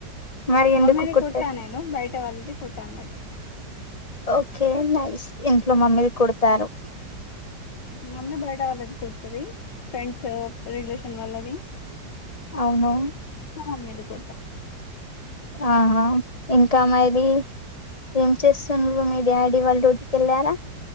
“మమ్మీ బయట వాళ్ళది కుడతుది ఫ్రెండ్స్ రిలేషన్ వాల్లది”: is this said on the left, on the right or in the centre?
Left